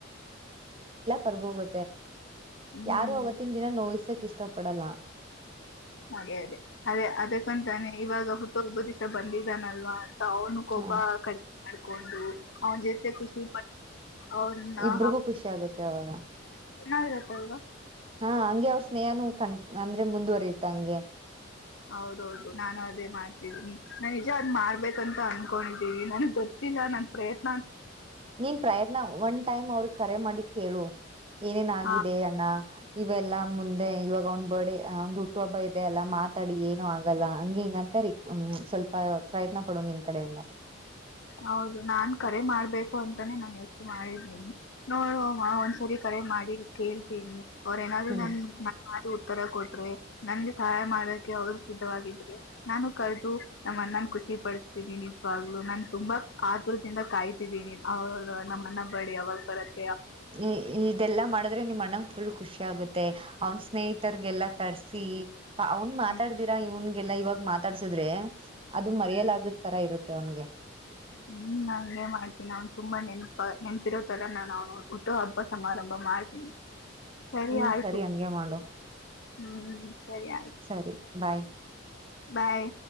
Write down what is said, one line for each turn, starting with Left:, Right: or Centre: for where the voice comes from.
Right: ಹ್ಮ್
Left: ಹ್ಮ್
Right: ಯಾರು ಅವತ್ತಿನ ದಿನ ನೋಯ್ಸಕ್ ಇಷ್ ಷ್ಟಪಡಲಾ.
Left: ಹಾಗೆ ಹಾಗೆ ಅದೇ ಅದಕ್ಕಂತಾನೆ ಇವಾಗ ಹುಟ್ಟುಹಬ್ಬದ್ ದಿಸ ಬಂದಿದ್ದಾನಲ್ವಾ ತ ಅವನು ಕೋಪ
Right: ಹಾ
Left: ಕ ಮಾಡ್ಕೊಂಡು ಅವ್ನ್ ಜೊತೆ ಖುಷಿ ಪಟ್ ಅವ್ನ
Right: ಇಬ್ರಿಗೂ ಖುಷಿ ಆಗುತ್ತೆ ಅವಾಗ
Left: ಚೆನ್ನಾಗಿರುತ್ತೆ ಈಗ.
Right: ಹಾ ಹಂಗೆ ಅವ್ರ ಸ್ನೇಹಾನು ಕಂ ಅಂದ್ರೆ ಮುಂದುವರಿಯತ ಹಂಗೆ.
Left: ಹೌದು ಹೌದು ನಾನು ಅದೇ ಮಾಡ್ತಿದೀನಿ ನಾನ್ ನಿಜ ಅದ್ ಮಾಡ್ಬೇಕಂತ ಅನ್ಕೊಂಡಿದ್ದೀವಿ ನನ್ಗ್ ಗೊತ್ತಿಲ್ಲ ನನ್ ಪ್ರಯತ್
Right: ನೀನ್ ಪ್ರಯತ್ನ ಒನ್ ಟೈಮ್ ಅವ್ರ್ಗ್ ಕರೆ ಮಾಡಿ ಕೇಳು. ಏನೇನ ಆಗಾಗಿದೆ
Left: ಆ
Right: ಅಣ್ಣ ಇವೆಲ್ಲಾ ಮುಂದೆ ಇವಾಗ ಅವ್ನ್ ಬರ್ಡೆ ಅವನ್ದು ಹುಟ್ಟುಹಬ್ಬ ಇದೆ ಅಲ್ಲ ಮಾತಾಡಿ ಏನು ಆಗಲ್ಲ, ಅಂಗೆ ಹಿಂಗಂತ ರಿಕ್ ಸ್ವಲ್ಪ ಪ್ರಯತ್ನ ಪಡುವ ನಿನ್ ಕಡೆಯಿಂದ.
Left: ಹೌದು ನಾನ್ ಕರೆ ಮಾಡ್ಬೇಕು ಅಂತಾನೇ ನಾನ್ ಯೋಚ್ನೆ ಮಾಡಿದ್ದೀನಿ ನೋಡ ಒಂದ್ಸರಿ ಕರೆ ಮಾಡಿ ಕೇಳ್ತೀನಿ. ಅವ್ರ್ ಏನಾದ್
Right: ಹ್ಮ್
Left: ನ ನ ಮಾತು ತರ ಕೊಟ್ರೆ ನನ್ಗೆ ಸಹಾಯ ಮಾಡಕೆ ಅವರು ಸಿದ್ಧವಾಗಿದ್ರೆ ನಾನು ಕಳದು ನಮ್ಮ ಅಣ್ಣನ್ ಖುಷಿ ಪಡಿಸತೀನಿ ನಿಜವಾಗ್ಲು ನನ್ ತುಂಬಾ ಕಾತುರ್ದಿಂದ ಕಾಯ್ತಿದೀನಿ ಅವ್ರ ನಮ್ಮಣ್ಣ ಬರ್ಡೇ ಯಾವಾಗ ಬರತ್
Right: ಇ ಇ ಇದೆಲ್ಲಾ ಮಾಡಿದ್ರೆ ನಿಮ್ಮ್ ಅಣ್ಣಂಗ ಫುಲ್ ಖುಷಿ ಆಗುತ್ ಮತ್ತೆ ಅವ್ನ ಸ್ನೇಹಿತರ್ಗೆಲ್ಲ ಕರ್ಸಿ ಅವ್ನ್ ಮಾತಾಡ್ದೀರಾ
Left: ಹ್ಮ್
Right: ಇವ್ನ್ ಎಲ್ಲಾ ಇವಾಗ ಮಾತಾಡ್ಸುದ್ರೆ ಅದು ಮರೆಯಲಾಗ್ದ್
Left: ಹ್ಮ್
Right: ತರ ಇರುತ್ ತೆ ಅವ್ನ್ಗೆ
Left: ಹ್ಮ್ ನಾನ್ ಹಂಗೆ ಮಾಡ್ತೀನಿ, ಅವ್ನ್ ತುಂಬಾ ನೆನಪ ನೆನಪಿರೋ ತರ ನಾನ್ ಅವ್ನು ಹುಟ್ಟು ಹಬ್ಬ ಸಮಾರಂಭ ಮಾಡ್ತೀನಿ. ಸರಿ
Right: ಹ್ಮ್
Left: ಆಯ್ತು
Right: ಹಂಗೆ ಮಾಡು
Left: ಹ್ಮ್ ಸರಿ ಆಯ್ತು
Right: ಸರಿ ಬಾಯ್
Left: ಬಾಯ್.